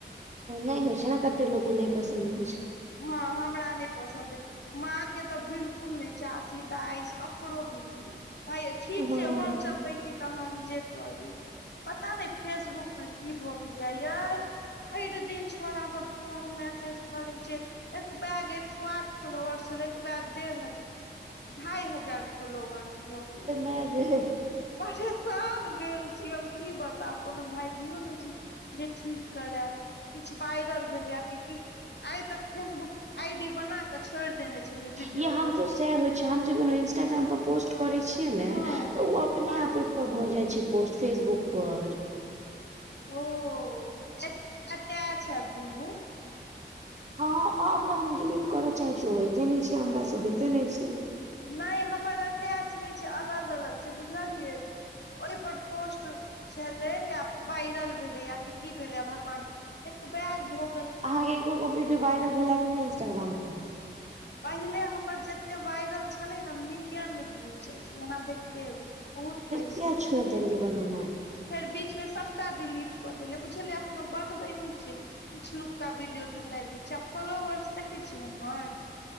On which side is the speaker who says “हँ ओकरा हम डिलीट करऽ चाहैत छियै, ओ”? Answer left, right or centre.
Right